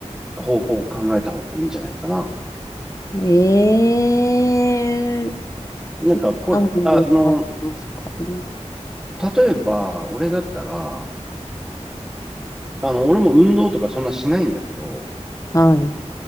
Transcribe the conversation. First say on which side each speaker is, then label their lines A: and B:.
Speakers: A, in the centre; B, on the left.
A: 方法を考えた方がいいんじゃないかな。
B: ええ
A: なんか、これ、
B: 何本かありますかね。
A: あの、例えば、俺だったら、あの、俺も運動とかそんなしないんだけど、
B: はい。